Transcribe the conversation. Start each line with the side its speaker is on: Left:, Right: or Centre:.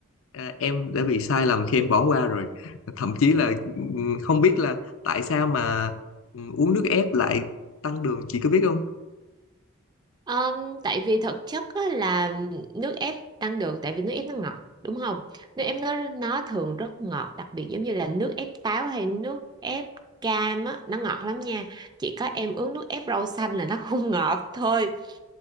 Left: à, em đã bị sai lầm khi em bỏ qua rồi thậm chí là ừm, không biết là tại sao mà ừm, uống nước ép lại tăng đường chị có biết không
Right: Ờm, tại vì thực chất á, là nước ép tăng đường tại vì nước ép nó ngọt đúng không? Nước ép nó nó thường rất ngọt đặc biệt giống như là nước ép táo hay nước ép cam á nó ngọt lắm nha. Chỉ có em uống nước ép rau xanh là nó không ngọt thôi